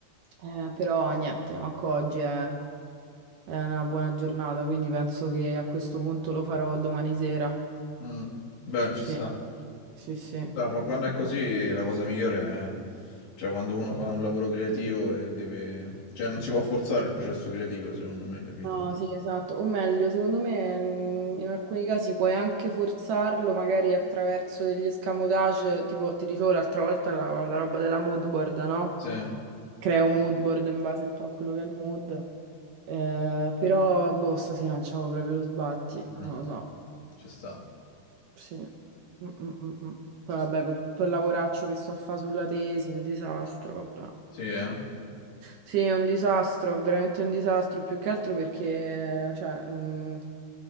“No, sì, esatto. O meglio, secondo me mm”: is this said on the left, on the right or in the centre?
Right